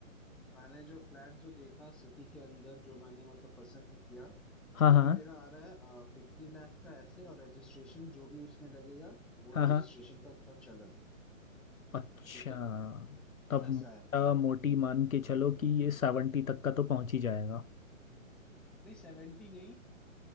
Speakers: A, in the centre; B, on the left (about 80°).
A: मैंने जो फ्लैट जो देखा सिटी के अंदर जो मैंने मतलब पसंद किया
B: हाँ
A: वो
B: हाँ
A: भी मेरा आ रहा है फिफ्टी लाख का ऐसे और रजिस्ट्रेशन जो भी उसमें लगेगा वो
B: हाँ
A: रजिस्ट्रेशन
B: हाँ
A: का खर्च अलग
B: अच्छा
A: ठीक है
B: तब
A: ऐसा
B: मोटा
A: है
B: मोटी
A: हम्म
B: मान के चलो कि ये सेवेंटी तक का तो पहुंच ही जाएगा
A: नहीं सेवेंटी नहीं